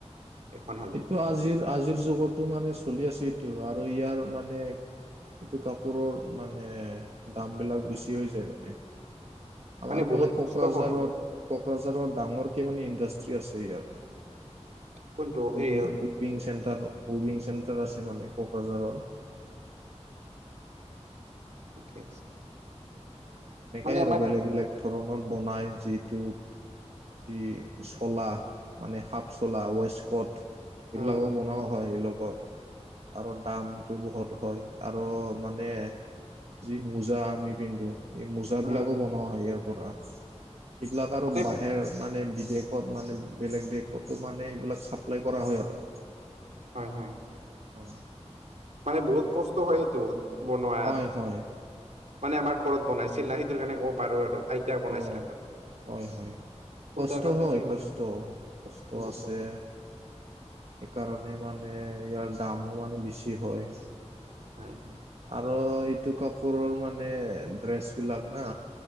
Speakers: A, on the right; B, on the right.
A: এখন হ'লেও
B: এইটো আজিৰ আজিৰ যুগত। টো মানে চলি আছো, এইটো আৰু ইয়াৰ মানে! এইটো কাপোৰৰ মানে, দামবিলাক বেছি হৈ যায় মানে। আমাৰ
A: মানে
B: ইফালে
A: বহুত
B: কোকৰাঝাৰত-
A: কষ্ট হয়
B: কোকৰাঝাৰত ডাঙৰকে মানে ইণ্ডাষ্ট্ৰ্ৰী আছে ইয়াৰ।
A: কোনটো
B: whipping
A: এই
B: - whipping centre whipping centre আছে মানে কোকৰাঝাৰত।
A: ঠিকে আছে।
B: মানে এনেকাই
A: মানে
B: আৰু
A: আমাৰ
B: বেলেগ- বেলেগ ধৰণত বনায় যিটো। যি, চলা মানে হাফ চলা ৱেষ্টকট। এইবিলাকো
A: উম
B: বনাও হয় এই লগত। আৰু দামটো বহুত হয়, আৰু মানে যি মোজা আমি পিন্ধো। এই মোজা বিলাকো
A: উম
B: বনোৱা হয় ইয়াৰ পৰা, এইবিলাক আৰু
A: মানে
B: বাঁহে! মানে বিদেশত মানে, বেলেগ দেশতো মানে এইবিলাক চাপ্লাই কৰা হয় আৰু।
A: হয় হয়,
B: অ
A: মানে বহুত কষ্ট হয় সেইটো। বনোৱাত,
B: হয় হয়
A: মানে আমাৰ ঘৰত বনাইছিল না সেইটোৰ কাৰণে ক'ব পাৰো আৰু। আইতা বনাইছিলে
B: অ
A: আমাৰ।
B: হয়, হয়।
A: সূতা
B: কষ্ট,
A: কাটিছিল
B: হয়, কষ্ট,
A: মানে
B: কষ্ট
A: বহুত
B: আছে। সেইকাৰণে মানে ইয়াৰ দামো মানে বেছি হয়।
A: <inaudible>
B: আৰু এইটো কাপোৰৰ মানে ড্ৰেচ বিলাক না!